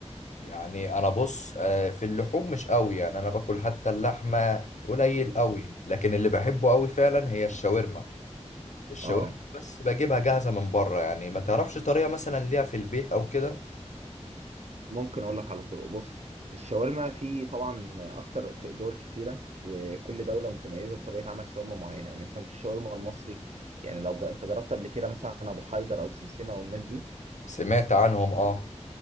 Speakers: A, on the left (about 85°); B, on the right (about 65°).
A: يعني انا بص آه، في اللحوم مش قوي يعني انا باكل حتى اللحمه قليل قوي لكن اللي بحبه قوي فعلا هي الشاورما الشاورما
B: اه
A: بس بجيبها جاهزه من بره يعني ما تعرفش طريقه مثلا ليها في البيت او كده
B: ممكن اقول لك على طرق بص الشاورما في طبعا اكتر دول كتيره وكل دوله متميزه بطريقه عمل شاورما معينه يعني مثلا في الشاورما المصري يعني لو جا- انت جربت قبل كده مثلا ابو حيدر او سمسمه والناس دي
A: سمعت عنهم اه